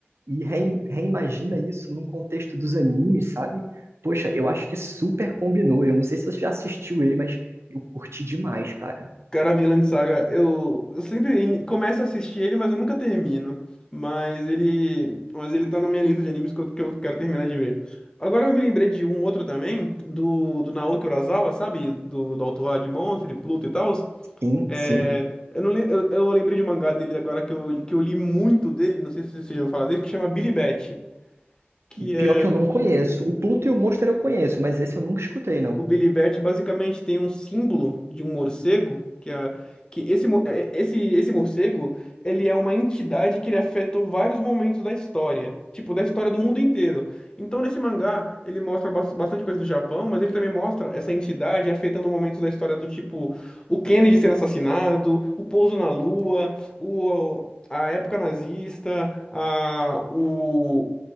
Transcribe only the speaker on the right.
e re- reimagina isso num contexto dos animes, sabe? Poxa, eu acho que super combinou. Eu não sei se você já assistiu ele, mas eu curti demais, cara.
Sim,
sim.
Pior
que eu não conheço. O Pluto e o Monster eu conheço, mas esse eu nunca escutei, não.